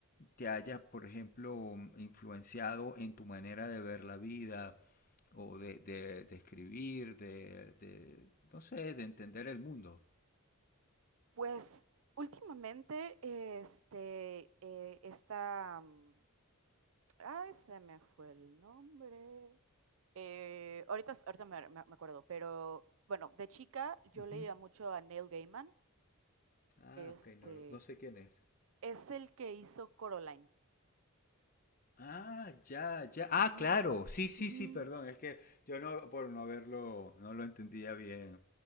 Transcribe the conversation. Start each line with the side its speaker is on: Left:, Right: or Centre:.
Left: te haya, por ejemplo, mm, influenciado en tu manera de ver la vida o de, de- de escribir, de, de, no sé, de entender el mundo?
Right: Pues últimamente, este, eh, esta, mm, ay, se me fue el nombre. Eh, ahorita, ahorita me, me- me acuerdo, pero bueno, de chica yo
Left: Ujú.
Right: leía mucho a Neil Gaiman.
Left: Ah, ok,
Right: Este,
Left: no, lo- no sé quién es.
Right: es el que hizo Coraline.
Left: Ah, ya, ya. Ah,
Right: Ujú,
Left: claro. Sí, sí,
Right: ujú,
Left: sí, perdón. Es que yo no, por no verlo, no lo entendía bien.